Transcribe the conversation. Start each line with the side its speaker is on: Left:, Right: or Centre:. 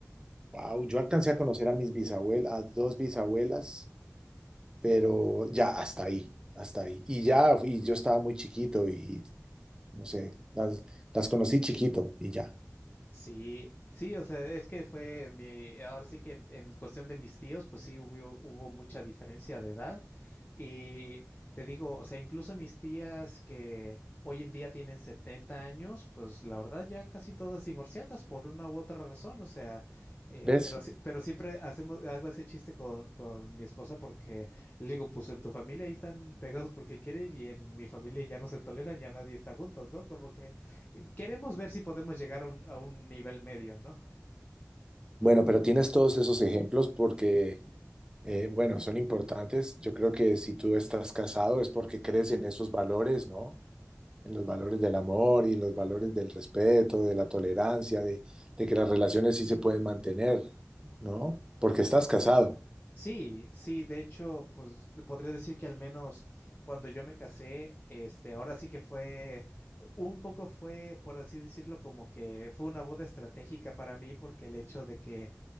Right: Wow, yo alcancé a conocer a mis bisabuelas, a dos bisabuelas pero ya hasta ahí, hasta ahí. Y ya, y yo estaba muy chiquito y no sé, las, las conocí chiquito y ya,
Left: Sí, sí, o sea, es que fue mi, eh, ahora sí que en, en cuestión de mis tíos, pues sí hubo, hubo mucha diferencia de edad. Y te digo, o sea, incluso mis tías que hoy en día tienen 70 años, pues la verdad ya casi todas divorciadas por una u otra razón, o sea, eh,
Right: ¿ves?
Left: pero, sí- pero siempre hacemos, hago ese chiste con, con mi esposa porque le digo, pues en tu familia ahí están pegados porque quieren y en mi familia ya no se toleran, ya nadie está juntos, ¿no? Como que Queremos ver si podemos llegar a un, a un nivel medio, ¿no?
Right: Bueno, pero tienes todos esos ejemplos porque, eh, bueno, son importantes. Yo creo que si tú estás casado es porque crees en esos valores, ¿no? En los valores del amor y los valores del respeto, de la tolerancia, de, de que las relaciones sí se pueden mantener, ¿no? Porque estás casado.
Left: Sí, sí, de hecho, pues podré decir que al menos cuando yo me casé, este, ahora sí que fue, un poco fue, por así decirlo, como que fue una boda estratégica para mí, porque el hecho de que